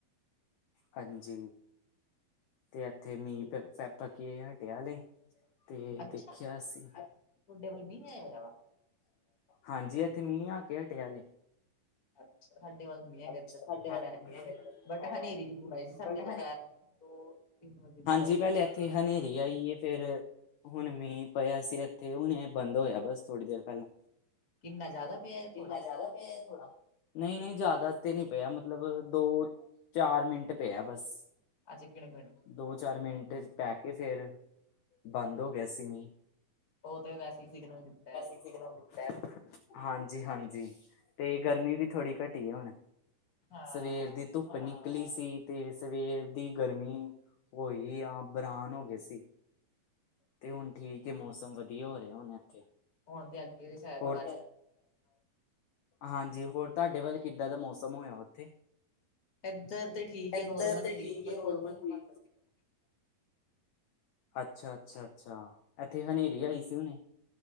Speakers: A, on the left (about 75°); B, on the left (about 25°).
A: ਹਾਂਜੀ ਤੇ ਇੱਥੇ ਮੀਂਹ ਪ ਪੱਕੀਏ ਹਟਿਆ ਹਲੇ ਤੇ
B: ਅੱਛਾ,
A: ਦੇਖਿਆ ਅਸੀਂ
B: ਤੁਹਾਡੇ ਵੱਲ ਮੀਹ ਆ ਹੈਗਾ ਵਾ
A: ਹਾਂਜੀ ਇੱਥੇ ਮੀਂਹ ਆ ਕੇ ਹਟਿਆ ਹਲੇ
B: ਅੱਛਾ ਸਾਡੇ ਵੱਲ ਨੀ ਹੈਗਾ ਇਧਰ
A: ਸਾਡੇ
B: ਖਹਿਰ
A: ਵੱਲ
B: ਸੀ
A: ਹੈਗਾ
B: ਬਟ ਹਨੇਰੀ ਜ਼ਰੂਰ ਆਈ ਸੀ ਸਾਡੇ
A: ਬਟ
B: ਦੁਪਹਿਰ ਤੋਂ ਤਿੰਨ ਵਜੇ ਦੀ ਗੱਲ
A: ਜੀ ਪਹਿਲੇ
B: ਏ
A: ਇੱਥੇ ਹਨੇਰੀ ਆਈ ਏ ਫਿਰ ਹੁਣ ਮੀਂਹ ਪਿਆ ਸੀ ਇੱਥੇ ਹੁਣੇ ਬੰਦ ਹੋਇਆ ਬਸ ਥੋੜੀ ਦੇਰ ਪਹਿਲਾਂ
B: ਕਿੰਨਾ ਜ਼ਿਆਦਾ ਪਿਆ
A: ਕਿੰਨਾ
B: ਥੋੜਾ
A: ਜ਼ਿਆਦਾ ਪਿਆ ਥੋੜ੍ਹਾ ਨਹੀਂ -ਨਹੀਂ ਜਾਦਾ ਤੇ ਨਹੀਂ ਪਿਆ ਮਤਲਬ ਦੋ ਚਾਰ ਮਿੰਟ ਪਿਆ ਬਸ।
B: ਅੱਛਾ ਕਿਹੜੇ ਮੀਣ
A: ਦੋ ਚਾਰ ਮਿੰਟ 'ਚ ਪੈ ਕੇ ਫਿਰ ਬੰਦ ਹੋ ਗਿਆ ਸੀ ਮੀਂ।
B: ਓ ਤੇ ਵੈਸੇ ਹੀ ਸਿਗਨਲ ਦਿੱਤਾ
A: ਹੀ ਸਿਗਨਲ ਵੀ ਹਾਂਜੀ ਹਾਂਜੀ ਤੇ ਗਰਮੀ ਵੀ ਥੋੜ੍ਹੀ ਘਟੀ ਹੈ ਹੁਣ
B: ਹਾਂ
A: ਸਵੇਰ ਦੀ ਧੁੱਪ ਨਿਕਲੀ ਸੀ ਤੇ ਸਵੇਰ ਦੀ ਗਰਮੀ ਉਈ ਆ ਬਰਾਨ ਹੋ ਗਏ ਸੀ ਤੇ ਹੁਣ ਠੀਕ ਹੈ ਮੌਸਮ ਵਧੀਆ ਹੋ ਰਿਹਾ ਹੁਣ ਇੱਥੇ
B: ਹੁਣ ਤੇ ਅੱਗੇ ਸ਼ਾਇਦ
A: ਕੁੜਚ ਹਾਂਜੀ ਹੋਰ ਤੁਹਾਡੇ ਵੱਲ ਕਿੱਦਾਂ ਦਾ ਮੌਸਮ ਹੋਇਆ ਉੱਥੇ
B: ਇੱਧਰ ਤੇ ਠੀਕ ਹੈ
A: ਇੱਧਰ
B: ਨੋਰਮਲ
A: ਤੇ
B: ਜਿਹੀ
A: ਠੀਕ
B: ਆ ਬਟ
A: ਹੈ ਨੋਰਮਲ
B: ਥੋੜੀ ਜਿਹੀ ਹਵਾ
A: ਸੀ
B: ਚੱਲਦੀ ਪਈ।
A: ਅੱਛਾ ਅੱਛਾ ਅੱਛਾ ਇੱਥੇ ਹਨੇਰੀ ਆਈ ਸੀ ਹੁਨੇ